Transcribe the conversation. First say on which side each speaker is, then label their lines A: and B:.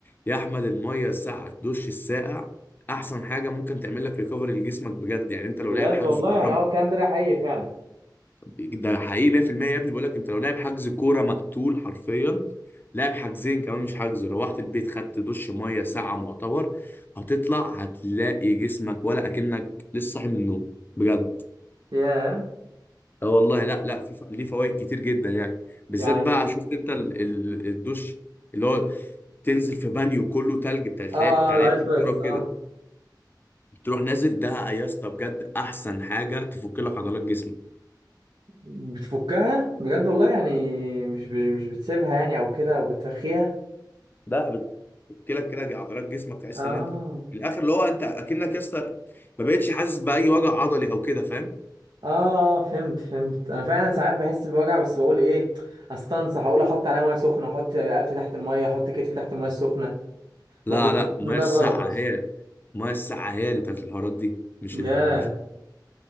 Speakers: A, on the left (about 25°); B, on the right (about 80°).
A: يا احمد المايه الساقعه الدش الساقع احسن حاجه ممكن تعمل لك ريكفري لجسمك بجد يعني انت
B: بجد
A: لو لاعب حجز
B: والله
A: كوره
B: يعني هو الكلام ده حقيقي فعلا
A: ده حقيقي 100% يا ابني بقول لك انت لو لاعب حجز كوره مقتول حرفيا لاعب حجزين كمان مش حجز روحت البيت خدت دش ميه ساعه معتبر هتطلع هتلاقي جسمك ولا اكنك لسه صاحي من النوم بجد
B: ياه
A: اه والله لا لا في ف... ليه فوائد كتير جدا يعني
B: يعني
A: بالذات بقى شفت انت ال... ال... الدش اللي هو تنزل في بانيو كله تلج بتاع تلاقي
B: اه
A: بتاع
B: الايس
A: لعيبه
B: بس
A: الكوره وكده
B: اه
A: تروح نازل ده يا اسطى بجد احسن حاجه تفك لك عضلات جسمك
B: بتفكها بجد والله يعني مش ب- مش بتسيبها يعني او كده او بترخيها
A: ده قلت لك كده عضلات جسمك تحس
B: اه
A: ان انت في الاخر اللي هو انت اكنك يا اسطى ما بقتش حاسس باي وجع عضلي او كده فاهم
B: اه اه فهمت فهمت انا فعلا ساعات بحس بوجع بس بقول ايه استنصح اقول احط عليها ميه سخنه احط رقبتي تحت الميه احط كتفي تحت الميه السخنه
A: لا
B: ما كنت
A: لا
B: <laughs>
A: الميه
B: إن ده
A: الساقعه
B: غلط اصلا
A: هي الميه الساقعه هي اللي بتاعت الحوارات دي مش ال...
B: ياه
A: مش